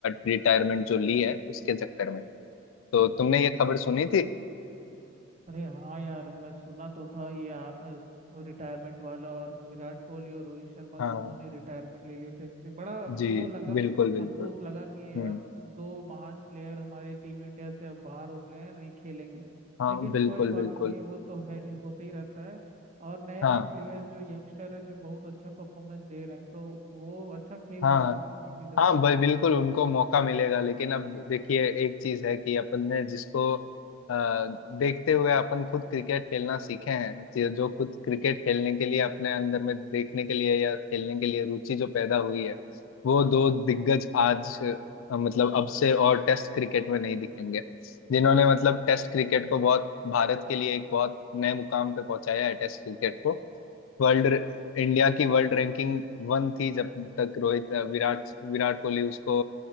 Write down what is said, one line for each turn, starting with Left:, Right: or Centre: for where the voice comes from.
Left: रिटायरमेंट जो ली है उसके चक्कर में तो तुमने ये खबर सुनी थी
Right: अरे हाँ यार मैं सुना तो था ये रिटायरमेंट वाला और विराट कोहली और रोहित शर्मा
Left: हाँ
Right: दोनों ने रिटायरमेंट ले लिया टेस्ट से बड़ा
Left: जी
Right: वो लगा
Left: बिल्कुल बिल्कुल
Right: अफसोस लगा कि अब
Left: हम्म
Right: दो महान प्लेयर हमारी टीम इंडिया से अब बाहर हो गए हैं नहीं खेलेंगे
Left: हाँ
Right: लेकिन
Left: बिल्कुल
Right: कोई बात
Left: बिल्कुल
Right: नहीं है वो तो है होते ही रहता है और नए
Left: हाँ
Right: नए प्लेयर जो यंगस्टर है जो बहुत अच्छा परफॉर्मेंस दे रहे हैं तो वो अच्छा खेल
Left: हाँ
Right: रहे हैं उनको भी डिजर्विंग
Left: हाँ भाई बिल्कुल उनको मौका मिलेगा लेकिन अब देखिए एक चीज है कि अपन ने जिसको अ, देखते हुए अपन खुद क्रिकेट खेलना सीखे हैं जो जो खुद क्रिकेट खेलने के लिए अपने अंदर में देखने के लिए या खेलने के लिए रुचि जो पैदा हुई है वो दो दिग्गज आज अ, मतलब अब से और टेस्ट क्रिकेट में नहीं दिखेंगे जिन्होंने मतलब टेस्ट क्रिकेट को बहुत भारत के लिए एक बहुत नए मुकाम पे पहुंचाया है टेस्ट क्रिकेट को वर्ल्ड इंडिया की वर्ल्ड रैंकिंग वन थी जब तक रोहित विराट विराट कोहली उसको